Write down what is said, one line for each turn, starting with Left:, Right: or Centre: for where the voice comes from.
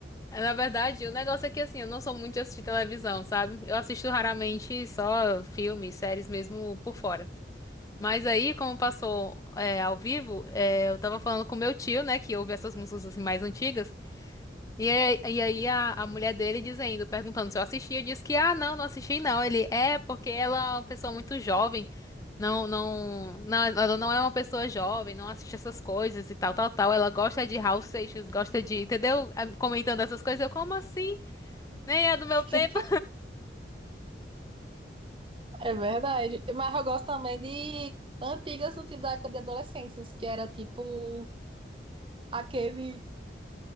Left: na verdade, o negócio é que assim, eu não sou muito de assistir televisão, sabe? Eu assisto raramente só filmes, séries mesmo por fora. Mas aí, como passou é, ao vivo, é, eu tava falando com meu tio, né, que ouve essas músicas assim, mais antigas, e, aí- e aí a, a mulher dele dizendo, perguntando se eu assisti, eu disse que, ah, não, não assisti não. Ele, é, porque ela é uma pessoa muito jovem, não, não, não, ela não é uma pessoa jovem, não assiste essas coisas e tal, tal, tal. Ela gosta de Raul Seixas, gosta de, entendeu? Ah, Comentando essas coisas, eu, como assim? Nem é do meu
Right: <laughs>
Left: tempo.
Right: É verdade. Mas eu gosto também de antigas no tipo da época de adolescências que era tipo aquele,